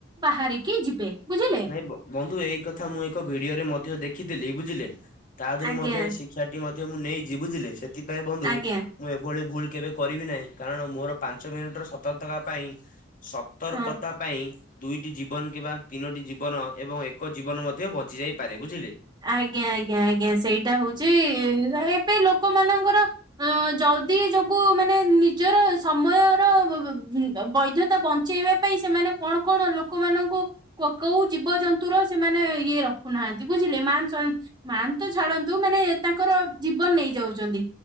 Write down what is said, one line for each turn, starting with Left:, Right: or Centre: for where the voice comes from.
Right: ବାହାରିକି ଯିବେ। ବୁଝିଲେ
Left: ନାଇଁ ବ ବନ୍ଧୁ ଏଇ କଥା ମୁଁ ଏକ ଭିଡିଓରେ ମଧ୍ୟ ଦେଖିଥିଲି ବୁଝିଲେ ତା ଧିରୁ
Right: ଆଜ୍ଞା
Left: ମଧ୍ୟ ଏହିଁ ଶିକ୍ଷା ଟି ମଧ୍ୟ ମୁଁ ନେଇଚି ବୁଝିଲି ସେଥିପାଇଁ ବନ୍ଧୁ
Right: ଆଜ୍ଞା
Left: ମୁଁ ଏଭଳି ଭୁଲ କେବେ କରିବି ନାହିଁ। କାରଣ ମୋର ପାଞ୍ଚ ମିନିଟର ସତରର୍ତକା ପାଇଁ ସତର୍କତା ପାଇଁ ସତର୍କତା
Right: ହଁ
Left: ପାଇଁ ଦୁଇଟି ଜୀବନ କିମ୍ବା ତିନୋଟି ଜୀବନ ଏବଂ ଏକ ଜୀବନ ମଧ୍ୟ ବଞ୍ଚି ଯାଇପାରେ ବୁଝିଲେ
Right: ଆଜ୍ଞା ଆଜ୍ଞା ଆଜ୍ଞା ସେଇଟା ହୋଉଚି ଇଁ ଏ ଏବେ ଲୋକମାନଙ୍କର ଅ ଜଲଦି ଯୋଗୁ ମାନେ ନିଜର ସମୟର ବ-ବ-ବ ବୈଧତା ବଞ୍ଚେଇବା ପାଇଁ ସେମାନେ କଣ କଣ ଲୋକମାନଙ୍କୁ କୋ-କୋଉ ଜୀବଜ ନ୍ତୁ ସେମାନେ ଇଏ ରଖୁନାହାନ୍ତି ବୁଝ ବୁଝିଲ ମାନ ତ ଛାଡନ୍ତୁ ମାନେ ତାଙ୍କର ଜୀବନ ନେଇ ଯାଉଚନ୍ତି।